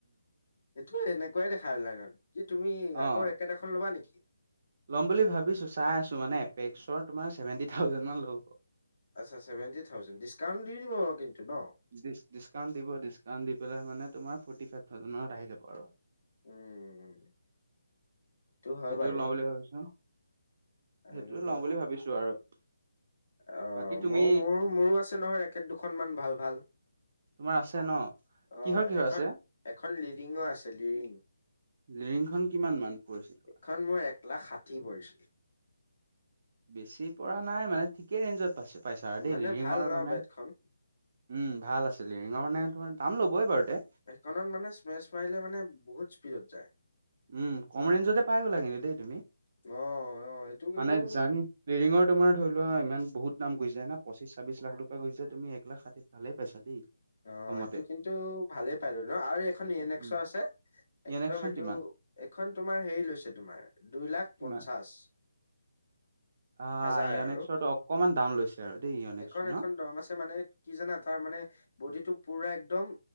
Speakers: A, on the left; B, on the right.
A: এইটো এনেকুৱাই দেখা হল নাই নন কি তুমি
B: অ'।
A: আকৌ একেট এখন ল'বা নেকি?
B: ল'ম ভাবিছো চাই আছো মানে এপেক্ৰ তোমাৰ ভেটি থাউজেনডান ল'ব।
A: আচ্ছা চেভেণ্টি থাউজেড ডিছকাউট দি দিবাৰ কিন্তু ন?
B: ড ডিছকাউণ্ট দিব ডিচকাউণ্ট দি পেল মানে তোমাৰ ফৰ্টি ফাইভ থাউজেণ্ডত আহি যাব আৰু।
A: উম। হয়
B: সেইটো
A: বাৰু
B: লওঁ বুলি ভাবিছো
A: আৰু
B: সেইটোও লওঁ বুলি ভাবিছো আৰু।
A: অ
B: বাকী তুমি
A: মইো মোৰো মোৰো আছে নহয় একে দুখন মান ভাল ভাল।
B: তোমাৰ আছে ন
A: অ'
B: কিহৰ কিহৰ
A: এখন
B: আছে
A: এখন লিডিঙো আছে লিডৰিং
B: লডিংখন কিমান মান পৰিছিলে
A: খন মোৰ এক লাখ ষাঠি পৰিছিল
B: বেছি পৰা নাই মানে ঠিকেই ৰেঞ্জত পাইছে পাইছা আৰু দেই
A: মানে
B: লিৰিঙৰ
A: ভাল ন
B: মানে
A: বেটখন
B: উম ভাল আছিল ৰিঙৰ মানে তোমাৰ দাম ল'বই বাৰু তে
A: এখনত মানে ছোৱেছ মাৰিলে মানে বহুত স্পীডত যায়
B: উম কম ৰেঞ্জতে পাই গ'লা কিন্তু দেই তুমি
A: অ' অ' এইটো কিন্তু
B: মানে জান লৰিঙৰ তোমাৰ ধৰি লোৱা ইমান বহুত দাম পৰি যাই না পশ্চিছ ছাব্বিশ লাখ টকা গৈছে তুম এক লাখ ষাঠি ভালেই পইচা দেই
A: অ
B: কমতে
A: সেইটো কিন্তু ভালেই পালো ন আৰু এখন ইয়ন একক্স
B: উম
A: আছে
B: ইয়নেকচোন
A: একদম এইটো
B: কিমান
A: এখন তোমাৰ হেৰি লৈছে তোমাৰ দুই লাখ
B: কিমান
A: পঞ্চাশ
B: আহ
A: হাজাৰ
B: ইয়নেক্সৰটো
A: আৰু
B: অকমান দাম লৈছে আৰু দেই ইয়নেক্সটো
A: এইখন এখন
B: ন
A: দম আছে মানে কি জানা তাৰ মানে বডিটো পুৰা একদম